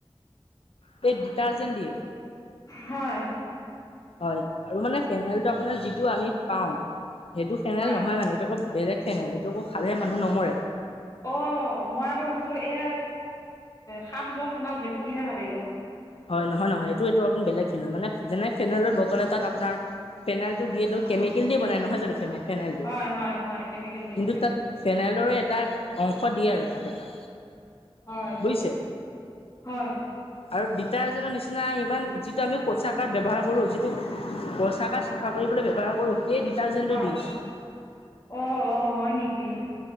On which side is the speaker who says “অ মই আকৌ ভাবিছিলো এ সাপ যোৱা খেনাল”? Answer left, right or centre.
Left